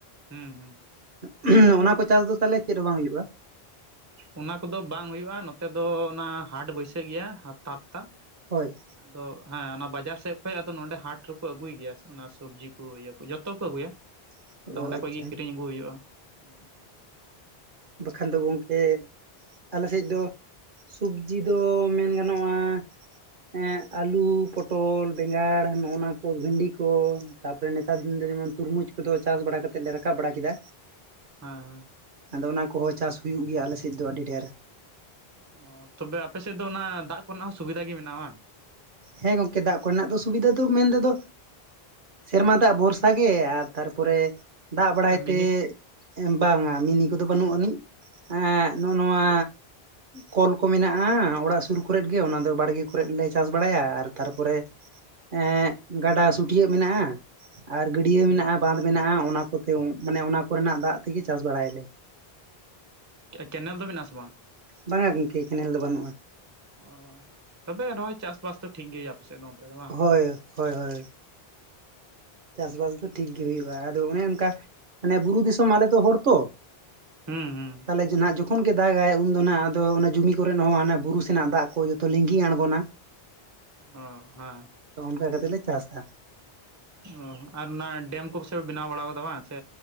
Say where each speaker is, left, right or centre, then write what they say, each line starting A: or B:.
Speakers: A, on the right; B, on the right.
A: ᱦᱩᱸ ᱦᱩᱸ
B: <unintelligible> ᱚᱱᱟ ᱠᱚ ᱪᱟᱥ ᱫᱚ ᱛᱟᱦᱚᱞᱮ ᱪᱮᱫ ᱦᱚᱸ ᱵᱟᱝ ᱦᱩᱭᱩᱜᱼᱟ?
A: ᱚᱱᱟ ᱠᱚᱫᱚ ᱵᱟᱝ ᱦᱩᱭᱩᱜᱼᱟ ᱱᱚᱛᱮ ᱫᱚ ᱚᱱᱟ ᱦᱟᱴ ᱵᱟᱹᱭᱥᱟᱹᱜ ᱜᱮᱭᱟ ᱦᱟᱯᱛᱟ ᱦᱟᱯᱛᱟᱼᱼ
B: ᱦᱳᱭ
A: ᱟᱫᱚ ᱦᱮᱸ ᱚᱱᱟ ᱵᱟᱡᱟᱨ ᱥᱮᱫ ᱠᱷᱚᱡ ᱟᱫᱚ ᱱᱚᱰᱮ ᱦᱟᱴ ᱨᱮᱠᱚ ᱟᱹᱜᱩᱭ ᱜᱮᱭᱟ ᱚᱱᱟ ᱥᱚᱵᱽᱡᱤ ᱠᱚ ᱤᱭᱟᱹ ᱠᱚ ᱡᱚᱛᱚ ᱜᱮᱠᱚ ᱟᱹᱜᱩᱭᱟ
B: <inaudible>
A: ᱟᱫᱚ ᱚᱱᱰᱮ
B: ᱟᱪᱪᱷᱟ
A: ᱠᱷᱚᱡ ᱜᱮ ᱠᱤᱨᱤᱧ ᱟᱹᱜᱩ ᱦᱩᱭᱩᱜᱼᱟ ᱦᱮᱸ
B: ᱵᱟᱠᱷᱟᱱ ᱫᱚ ᱜᱚᱝᱠᱮᱼᱼ ᱟᱞᱮ ᱥᱮᱫ ᱫᱚ ᱥᱚᱵᱡᱤ ᱫᱚ ᱢᱮᱱ ᱜᱟᱱᱚᱜᱼᱟ ᱦᱮᱸ ᱟᱹᱞᱩ, ᱯᱚᱴᱚᱞ, ᱵᱮᱸᱜᱟᱲ ᱱᱚᱜ ᱱᱟ ᱠᱚᱼᱼ ᱠᱚ ᱵᱷᱤᱱᱰᱤ ᱠᱚ ᱛᱟᱯᱚᱨᱮ ᱱᱮᱛᱟᱨ ᱫᱤᱱ ᱫᱚ ᱡᱮᱢᱚᱱ ᱛᱩᱨᱢᱩᱡᱽ ᱠᱚᱫᱚ ᱪᱟᱥ ᱵᱟᱲᱟ ᱠᱟᱛᱮᱫ ᱞᱮ ᱨᱟᱠᱟᱵ ᱵᱟᱲᱟ ᱠᱮᱫᱟ
A: ᱦᱮᱸ ᱦᱮᱸ
B: ᱟᱫᱚ ᱚᱱᱟ ᱠᱚᱦᱚᱸ ᱪᱟᱥ ᱦᱩᱭᱩᱜ ᱜᱮᱭᱟ ᱟᱞᱮ ᱥᱮᱫ ᱫᱚ ᱟᱹᱰᱤ ᱰᱷᱮᱨ
A: ᱚᱻ ᱛᱚᱵᱮ ᱟᱯᱮ ᱥᱮᱫ ᱫᱚ ᱚᱱᱟ ᱫᱟᱜ ᱠᱚ ᱨᱮᱱᱟᱜ ᱦᱚᱸ ᱥᱩᱵᱤᱫᱷᱟ ᱜᱮ ᱢᱮᱱᱟᱜᱼᱟ ᱵᱟᱝ?
B: ᱦᱮᱸ ᱜᱚᱢᱠᱮ ᱫᱟᱜ ᱠᱚ ᱨᱮᱱᱟᱜ ᱫᱚ ᱥᱩᱵᱤᱫᱷᱟ ᱫᱚ ᱢᱮᱱ ᱛᱮᱫᱚᱼᱼ ᱥᱮᱨᱢᱟ ᱫᱟᱜ ᱵᱷᱚᱨᱥᱟ ᱜᱮ ᱟᱨ ᱛᱟᱨᱯᱚᱨᱮᱼᱼ ᱫᱟᱜ ᱵᱟᱲᱟᱭ
A: ᱵᱟᱝ ᱢᱤᱱᱤ
B: ᱛᱮ
A: ᱠᱚ
B: ᱵᱟᱝᱟ ᱢᱤᱱᱤ ᱠᱚᱫᱚ ᱵᱟᱹᱱᱩᱜ ᱟᱹᱱᱤᱡᱼᱼ ᱮᱸ ᱱᱚᱜ ᱱᱚᱣᱟᱼᱼ ᱠᱚᱞ ᱠᱚ ᱢᱮᱱᱟᱜᱼᱟ ᱚᱲᱟᱜ ᱥᱩᱨ ᱠᱚᱨᱮ ᱜᱮ ᱚᱱᱟ ᱫᱚ ᱵᱟᱲᱜᱮ ᱠᱚᱨᱮ ᱞᱮ ᱪᱟᱥ ᱵᱟᱲᱟᱭᱟ ᱟᱨ ᱛᱟᱨᱯᱚᱨᱮ ᱮᱸ ᱜᱟᱰᱟ ᱥᱩᱴᱭᱟᱹᱜ ᱢᱮᱱᱟᱜᱼᱟ ᱟᱨ ᱜᱟᱹᱰᱭᱟᱹ ᱢᱮᱱᱟᱜᱼᱟ,
A: ᱦᱩᱸ ᱦᱩᱸ
B: ᱵᱟᱸᱫᱷ ᱢᱮᱱᱟᱜᱼᱟ ᱚᱱᱟ ᱠᱚᱛᱮ ᱢᱟᱱᱮ ᱚᱱᱟ ᱠᱚᱨᱮᱱᱟᱜ ᱫᱟᱜ ᱛᱮᱜᱮ ᱪᱟᱥ ᱵᱟᱲᱟᱭ-ᱟᱞᱮ
A: ᱚᱻ ᱠᱮᱱᱮᱞ ᱫᱚ ᱢᱮᱱᱟᱜ ᱟᱥᱮ ᱵᱟᱝ?
B: ᱵᱟᱝᱟ ᱜᱚᱝᱠᱮ ᱠᱮᱱᱮᱞ ᱫᱚ ᱵᱟᱹᱱᱩᱜᱼᱟ
A: ᱚᱻ ᱛᱚᱵᱮ ᱱᱚᱜᱼᱚᱭ ᱪᱟᱥ ᱵᱟᱥ ᱫᱚ ᱴᱷᱤᱠ ᱜᱮᱭᱟ ᱟᱯᱮ ᱥᱮᱫ ᱫᱚ ᱚᱱᱛᱮ ᱫᱚ ᱵᱟᱝ?
B: ᱦᱳᱭ ᱦᱳᱭ ᱦᱳᱭ ᱪᱟᱥ ᱵᱟᱥ ᱫᱚ ᱴᱷᱤᱠ ᱜᱮ ᱦᱩᱭᱩᱜ ᱟᱫᱚ ᱚᱱᱮ ᱚᱱᱠᱟ ᱢᱟᱱᱮ ᱵᱩᱨᱩ ᱫᱤᱥᱚᱢ ᱟᱞᱮ ᱫᱚ ᱦᱚᱲ ᱛᱚ
A: ᱦᱩᱸ ᱦᱩᱸ
B: ᱛᱟᱞᱦᱮ <unintelligible> ᱡᱚᱠᱷᱚᱱ ᱜᱮ ᱫᱟᱜᱟᱭ ᱩᱱᱫᱚ ᱱᱟᱜ ᱟᱫᱚ ᱚᱱᱟ ᱡᱚᱢᱤ ᱠᱚᱨᱮ ᱦᱚᱸ ᱦᱟᱱᱟ ᱵᱩᱨᱩ ᱥᱮᱱᱟᱜ ᱫᱟᱜ ᱠᱚ ᱡᱚᱛᱚ ᱞᱤᱸᱜᱤ ᱟᱬᱜᱚᱱᱟ
A: ᱚ ᱦᱮᱸ
B: ᱛᱚ ᱚᱱᱠᱟ ᱠᱟᱛᱮᱜ ᱞᱮ ᱪᱟᱥᱟ
A: ᱚᱻ ᱟᱨ ᱚᱱᱟ ᱰᱮᱢ ᱠᱚ ᱯᱟᱥᱮᱡ ᱯᱮ ᱵᱮᱱᱟᱣ ᱵᱟᱲᱟ ᱟᱠᱟᱫᱟ ᱵᱟᱝ ᱥᱮ